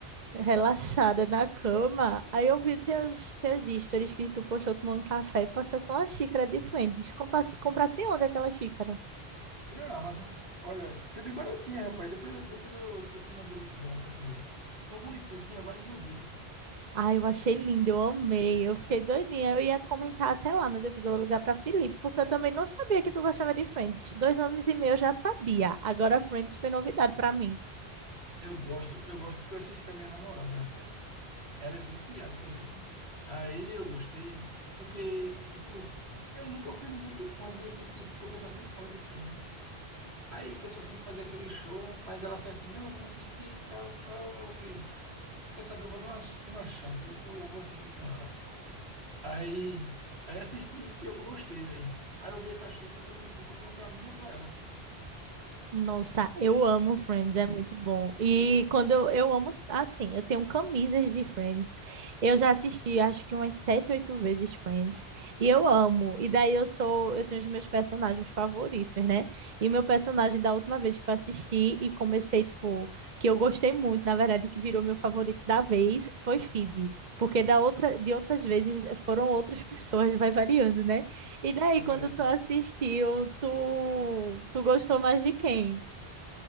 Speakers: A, on the right; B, on the right.
A: relaxada na cama. Aí eu vi teus, teus stories que tu postou tomando café e postou só uma xícara diferente, frente. Descompa- Comprasse onde aquela xícara?
B: Não, é, Amazon. Olha, foi bem baratinha, rapaz. Depois, depois eu, eu te mando o link dela pra tu ver. Tão bonitinha, tinha vários modelos.
A: Ai, eu achei lindo, eu amei, eu fiquei doidinha. Eu ia comentar até lá, mas eu fiz, eu vou ligar pra Felipe, porque eu também não sabia que tu gostava de Friends. Dois anos e meio eu já sabia, agora Friends foi novidade pra mim.
B: Eu gosto, eu gosto porque eu assisti com a minha namorada, rapaz. Ela é viciada, entendeu? assim? Aí eu gostei, porque, tipo, eu nunca fui muito fã de assistir, porque o pessoal sempre fala de Friends, né? Aí o pessoal sempre fazia aquele show, mas ela fez assim, não, vamos assistir, tal, tal. Aí Eu fui. Ela quer saber, eu vou dar uma, uma chance, eu vou, eu vou assistir com ela. Aí, aí assisti e pior que eu gostei, velho. Aí eu vi essa xícara até bonitinha, comprei uma pra mim e uma pra ela.
A: Nossa, eu amo Friends, é muito bom. E quando eu, eu amo, assim, eu tenho camisas de Friends. Eu já assisti, acho que umas sete, oito vezes Friends. E eu amo. E daí eu sou, eu tenho os meus personagens favoritos, né? E meu personagem da última vez que eu assisti e comecei, tipo, que eu gostei muito, na verdade, que virou meu favorito da vez, foi Phoebe. Porque da outra, de outras vezes foram outras <laughs> pessoas, vai variando, né? E
B: Gente,
A: daí,
B: tá variando.
A: quando tu assistiu, tu, tu gostou mais de quem?